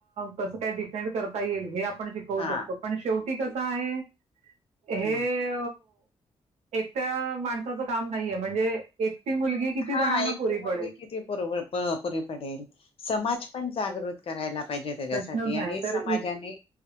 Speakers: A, on the right; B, on the left.
A: कसं काय डिफेंड करता येईल हे आपण, शिकवू
B: हा
A: शकतो पण शेवटी कसं आहे. हे
B: म
A: एकट्या माणसाचं काम नाहीये, म्हणजे एकटी मुलगी किती
B: हा
A: जणांना
B: एकटी
A: पुरी
B: मुलगी,
A: पडेल?
B: किती पुर पुरी पडेल. समाज पण जागृत करायला, पाहिजे त्याच्यासाठी
A: प्रश्नच नाही
B: आणि
A: तर
B: समाजाने.
A: इत-